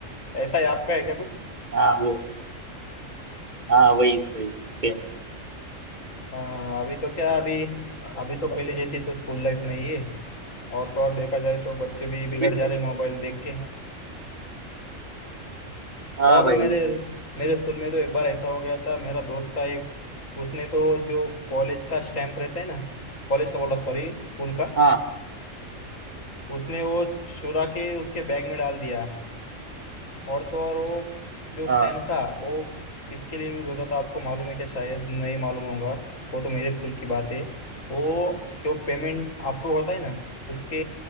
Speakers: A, on the left; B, on the right.
A: ऐसा ही आपका है क्या कुछ
B: हाँ वो हाँ वही वही सेम
A: हाँ हाँ, अभी तो क्या अभी अभी तो पहले जैसी तो स्कूल लाइफ नहीं है और तो और देखा जाए तो बच्चे भी बिगड़
B: अभी
A: जा
B: तो
A: रहे मोबाइल देख के
B: हाँ
A: और
B: भाई
A: मेरे मेरे स्कूल में तो एक बार ऐसा हो गया था मेरा दोस्त था एक उसने तो जो कॉलेज का स्टैंप रहता है ना कॉलेज का बोल रहा सॉरी स्कूल का
B: हाँ
A: उसने वो चुरा के उसके बैग में डाल दिया और तो और वो जो स्टैंप
B: हाँ
A: था वो किसके लिए यूज होता था आपको मालूम है क्या शायद नहीं मालूम होगा वो तो मेरे स्कूल की बात है वो जो पेमेंट अप्रूव होता है ना उसके